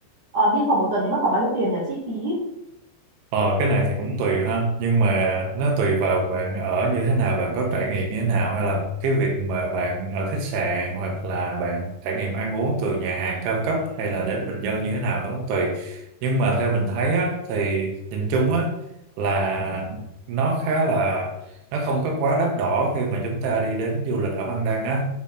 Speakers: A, on the right (about 45°); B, on the right (about 85°).
A: ờ, đi khoảng một tuần thì mất khoảng bao nhiêu tiền nhỉ chi phí?
B: Ờ, cái này thì cũng tùy ha nhưng mà nó tùy vào bạn ở như thế nào bạn có trải nghiệm như thế nào hay là cái việc mà bạn ở khách sạn hoặc là bạn trải nghiệm ăn uống từ nhà hàng cao cấp hay là đến bình dân như thế nào nó cũng tùy nhưng mà theo mình thấy á, thì nhìn chung á là nó khá là nó không có quá đắt đỏ khi mà chúng ta đi đến du lịch ở Văn Đăng á